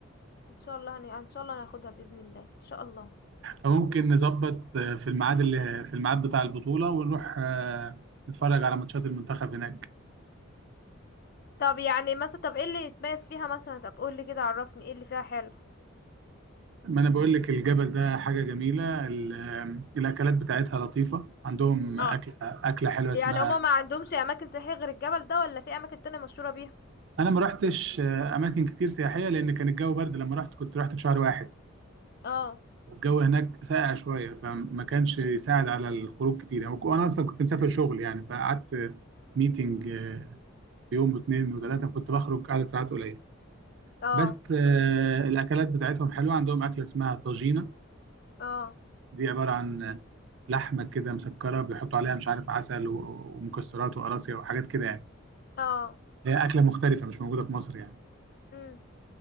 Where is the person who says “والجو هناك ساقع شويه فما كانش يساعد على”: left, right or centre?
Right